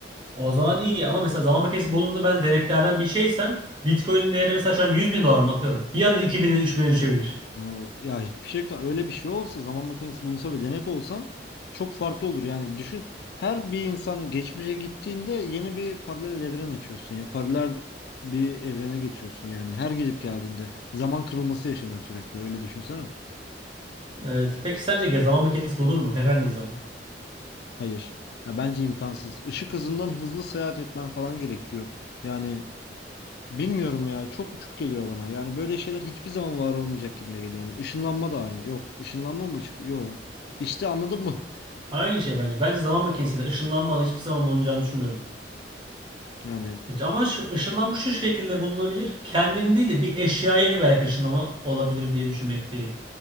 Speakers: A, on the right; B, on the left.
A: O zaman iyi ama mesela zaman makinesi bulundu ben deneklerden bir şeysem Bitcoin'in değeri mesela şu an 100 bin dolar mı atıyorum. Bir anda 2000'e bin'e düşebilir.
B: O- Ya hiçbir şey ka- öyle bir şey olsa zaman makinesi bulunsa ve denek olsan çok farklı olur. Yani düşün her bir insan geçmişe gittiğinde yeni bir paralel evren açıyorsun ya paralel bir evrene geçiyorsun yani her gidip geldiğinde zaman kırılması yaşanıyor sürekli öyle düşünsene.
A: Evet. Peki sence ya zaman makinesi bulunur mu herhangi bir zaman?
B: Hayır. Ya bence imkansız. Işık hızından hızlı seyahat etmen falan gerekiyor. Yani bilmiyorum ya çok uçuk geliyor bana. Yani böyle şeyler hiçbir zaman var olmayacak gibi geliyor. Yani ışınlanma da aynı. Yok. ışınlanma mı ışık? Yok. İşte anladın mı?
A: Aynı şey bence. Bence zaman makinesi de ışınlanma hiçbir zaman bulunacağını düşünmüyorum.
B: <laughs> Yani
A: Evet, Ama ışı- ışınlanma şu şekilde bulunabilir. Kendini değil de bir eşyaya belki ışınlama olabilir diye düşünmekteyim.